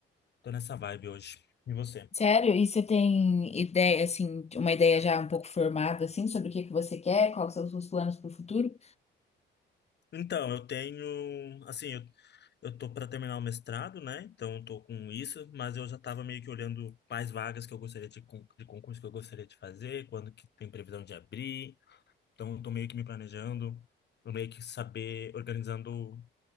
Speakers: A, on the left; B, on the left.
A: Tô nessa vibe hoje. E você?
B: Sério? E você tem ideia, assim, de- uma ideia já um pouco formada, assim, sobre o que que você quer, quais são os seus planos para o futuro?
A: Então, eu tenho, assim, eu, eu tô para terminar o mestrado, né? Então, eu tô com isso, mas eu já tava meio que olhando quais vagas que eu gostaria de, con- de concurso que eu gostaria de fazer, quando que tem previsão de abrir. Então, eu tô meio que me planejando, eu meio que saber, organizando,